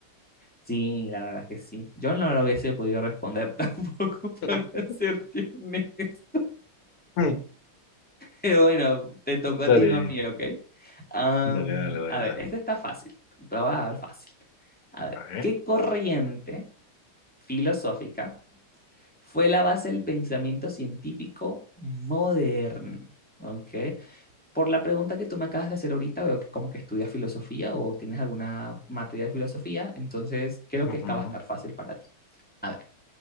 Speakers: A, in the centre; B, on the left.
A: Sí, la verdad que sí. Yo no lo hubiese podido responder <laughs> tampoco,
B: <laughs>
A: para serte honesto.
B: Mm.
A: Pero bueno, te tocó a
B: Dale,
A: ti, no a mí, ¿ok? Am,
B: dale, dale, dale,
A: a ver,
B: dale.
A: este está fácil, te lo voy a dar fácil. A ver,
B: A ver.
A: ¿qué corriente filosófica fue la base del pensamiento científico moderno? ¿Ok? Por la pregunta que tú me acabas de hacer ahorita, veo que como que estudias filosofía o tienes alguna materia de filosofía, entonces creo
B: Ujú.
A: que esta va a estar fácil para ti. A ver,